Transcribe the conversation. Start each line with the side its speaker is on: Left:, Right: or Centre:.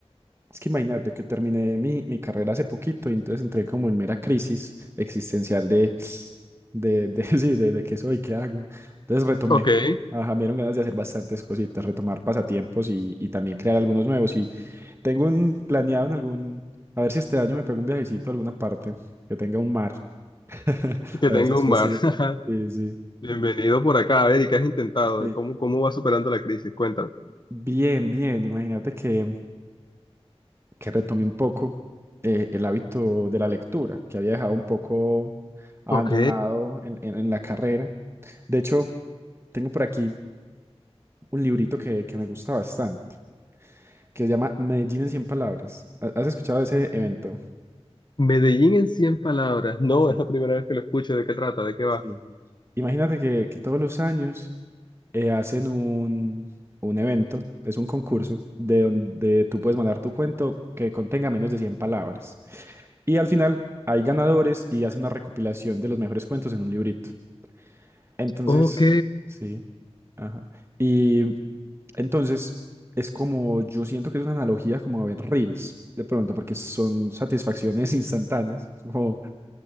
Right: Es que imagínate que terminé mi, mi carrera hace poquito y entonces entré como en mera crisis existencial de, de, de, <laughs> sí, de, de qué soy, qué hago. Entonces retomé.
Left: Ok, que
Right: Ajá, me dieron ganas de hacer bastantes cositas, retomar pasatiempos y, y también crear algunos nuevos. Y tengo un planeado en algún, a ver si este año me pego un viajecito a alguna parte que tenga un mar, <laughs> a ver
Left: tenga
Right: si es
Left: un
Right: posible.
Left: mar. <laughs>
Right: Sí, sí,
Left: Bienvenido por acá. A ver, ¿y qué has intentado?
Right: sí.
Left: ¿Cómo, cómo vas superando la crisis? Cuéntame.
Right: Bien, bien, imagínate que que retomé un poco eh, el hábito de la lectura, que había dejado un poco abandonado
Left: Ok,
Right: en, en- en la carrera. De hecho, tengo por aquí un librito que, que me gusta bastante, que se llama Medellín en cien palabras. ¿Ha- ¿Has escuchado de ese evento?
Left: Medellín en cien palabras. No,
Right: Sí.
Left: es la primera vez que lo escucho. ¿De qué trata? ¿De qué va?
Right: Sí. Imagínate que, que todos los años eh, hacen un, un evento, es un concurso, de donde tú puedes mandar tu cuento que contenga menos de 100 palabras. Y al final hay ganadores y hacen una recopilación de los mejores cuentos en un librito. Entonces,
Left: Ok.
Right: sí. Ajá. Y entonces es como, yo siento que es una analogía como a ver reels, de pronto, porque son satisfacciones <laughs> instantáneas. Como,